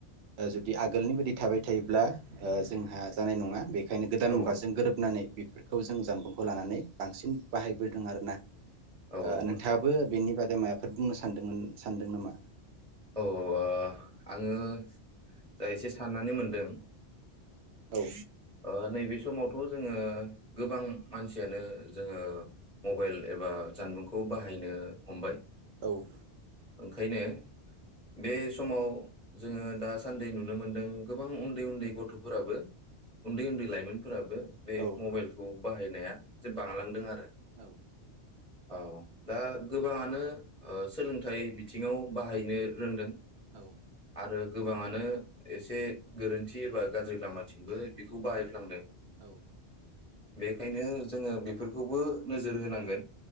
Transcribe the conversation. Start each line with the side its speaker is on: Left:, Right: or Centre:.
Right: ओ जुदि आगोलनि बायदि थाबाय थायोब्ला ओ जोंहा जानाय नङा बे बेखायनो गोदान
Centre: औ
Right: मुगाजों गोरोबनानै बेफोर खौ जों जानबुंखौ लानानै बांसिन बाहायबोदों आरोना
Centre: औ
Right: ओ
Centre: औ
Right: नोंथाङाबो बेनि बागै मायाफोर बुंनो सानदोंमोन सानदों नामा
Centre: औ <unintelligible> आङो जाय एसे सान <unintelligible>
Right: औ
Centre: ओ नैबे समावथ जोङो गोबां मानसियानो जोङो मबाइल एबा जानबुंखौ बाहायनो हमबाय
Right: औ
Centre: ओंखायनो बे समाव जोङो दासान्दि नुनो मोनदों गोबां उन्दै उन्दै गथफोराबो उन्दै उन्दै लाइमोन फोराबो बे
Right: औ
Centre: मबाइलखौ बाहाय नाया जे बांलांदों आरो
Right: औ
Centre: औ दा गोबाङानो ओ सोलोंथाइ बिथिङाव बाहायनो रोंदों
Right: औ
Centre: आरो गोबाङानो एसे गोरोन्थि एबा गाज्रि लामाथिंबो बेखौ बाहायफ्लांदों
Right: औ
Centre: बेखायनो जोङो बेफोरखौबो नोजोर होनांगोन